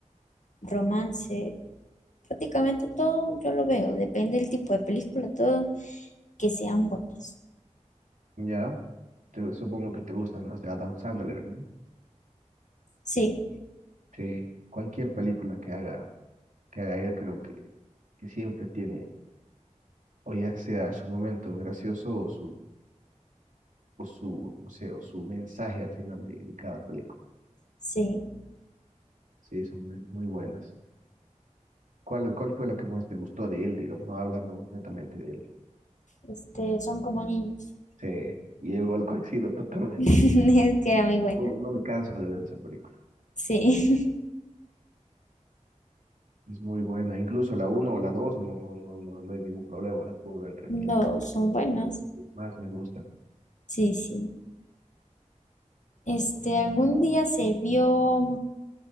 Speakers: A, on the left (about 70°); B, on the right (about 80°).
A: romance, prácticamente todo yo lo veo, depende del tipo de película, todo que sean buenas.
B: Ya, te- supongo que te gustan las de Adam Sandler, ¿no?
A: Sí,
B: Sí, cualquier película que haga, que haga él, creo que, que siempre tiene, o ya sea su momento gracioso o su, o su, no sé, o su mensaje al final de, de cada película.
A: sí,
B: Sí, son muy, muy buenas. ¿Cuál, cuál fue la que más te gustó de él, digamos, no hablando netamente de él?
A: este, son como niños.
B: Sí, y igual coincido totalmente.
A: <laughs> Es que era muy buena.
B: No, no me canso de ver esa película.
A: Sí,
B: Es muy buena, incluso la uno o la 2 no, no, no, no, no hay ningún problema, las puedo ver
A: <laughs>
B: tranquilamente,
A: no, son
B: creo
A: buenas.
B: que es de las que más me gustan.
A: Sí, sí. Este, algún día se vio